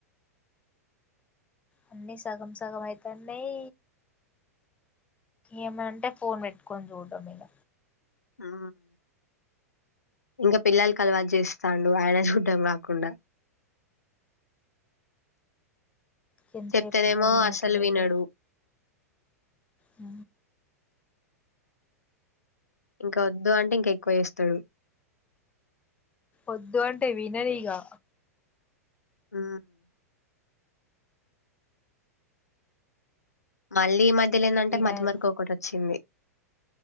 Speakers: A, on the left; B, on the left.
A: అన్నీ సగం సగం అయితన్నయ్ ఏమంటే ఫోన్ పెట్టుకొని చూడ్డం ఇగ
B: ఊ ఇంక పిల్లల్కలవాటు చేస్తాడు ఆయన చూడ్డం కాకుండా
A: ఎంత
B: చెప్తెనేమో
A: చెప్పినా వినట్లేదు
B: అస్సలు వినడు
A: అ
B: ఇంక వద్దు అంటె ఇంక ఎక్కువ చేస్తడు
A: ఒద్దు అంటే వినదిగా
B: ఊ మళ్ళీ ఈ మధ్యలేందంటే
A: వినర్
B: మతి మరకొకటొచ్చింది